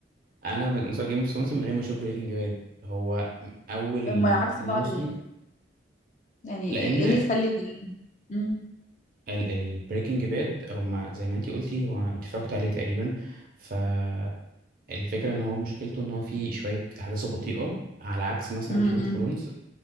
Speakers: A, on the right; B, on the left.
A: انا من انصار جيم اوف ثرونز من غير ما اشوف بريكنج باد هو اول
B: هما عكس
A: موسم
B: بعض ليه يعني
A: لان
B: ايه اللي يخلي ال... مم.
A: البريكنج باد هم زي ما انتي قلتي هو انت اتفرجت عليه تقريبا فالفكره ان هو مشكلته ان هو فيه شويه احداثه بطيئه على عكس مثلا
B: مم.
A: جيم
B: مم.
A: اوف ثرونز